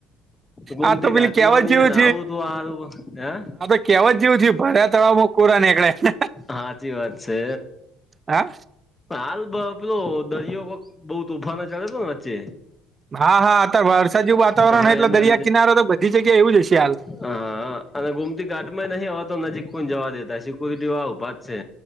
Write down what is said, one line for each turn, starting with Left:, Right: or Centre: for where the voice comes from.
Left: ગોમતી
Right: આ તો પેલી
Left: ઘાટમાં
Right: કહેવત
Left: ને
Right: જેવું
Left: આવું તું આરું હે.
Right: કહેવા જ જેવું છે, ભર્યા તળાવમાં કોરા નીકળેને.
Left: સાાચી વાત છે.
Right: હા
Left: હાલ પેલો દરિયો બઉુ તુફાન ચડે તો ને વચ્ચે.
Right: હા, હા. આ વરસાદી વાતાવરણ
Left: હા
Right: હ એટલે
Left: એના
Right: દરિયા કિનારો તો બધી જગ્યા એવું જશે હાલ.
Left: હ, હા. અને ગુમતી ઘાટમાં નહીં હવા તો નજીક કો જવા દેતા શકુવા ભાત છે.